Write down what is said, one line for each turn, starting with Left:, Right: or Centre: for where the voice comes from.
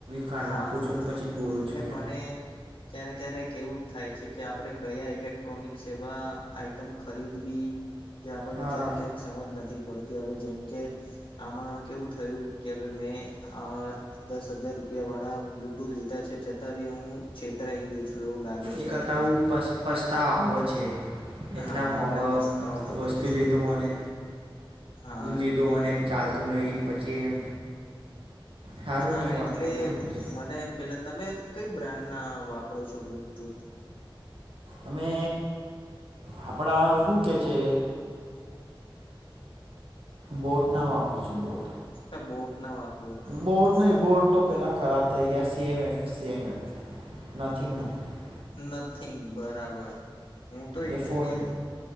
Right: કાઢ
Left: હા.
Right: નાખું છું ને પછી જ બોલું
Left: એટલે
Right: છું હે
Left: મને ક્યારે ક્યારેક કેવું થાય છે. કે આપડણે કયા ઇલેક્ટ્રોનિક સેવા આઈટમ ખરીદવી. જે આપણને
Right: હા
Left: ક્યારેક ક્યારેક સમજ નથી પડતી હવે જેમ કે, આમાં કેવું થયું કે મેં આ દસ હજાર એ વાળા બ્લુટૂથ લીધા છે જતાં બી હું છેતરાઈ ગયો છું. એવું લાગે છે
Right: એ કરતા
Left: મને
Right: હું પ પછતાવો આવે છે. એટલા
Left: હા
Right: મોગા
Left: એટલે પસ્તાવો થતો
Right: વસ્તુ
Left: હોય
Right: લીધું અને
Left: હા
Right: લીધું અને ચ ચાલતું નહી પછી એમ. સારું
Left: હા
Right: નહીં
Left: એટલે
Right: વાગતું બરોબર છે
Left: મને પેલા તમે કઈ બ્રાન્ડ ના વાપરો છો બુટ? <unintelligible>
Right: અમે આપણા શું કે છે. બોટ ના વાપરું છું બોટ.
Left: અચા બોટ ના વાપ
Right: બોટ નહી બોટ. ફોટો પહેલાં ખરાબ થઈ ગયા સીએમએફ સીએમએફ નથીથિંગ ના <unintelligible>
Left: નથીગ બરાબર હું તો એકચુલી,
Right: એ ફોન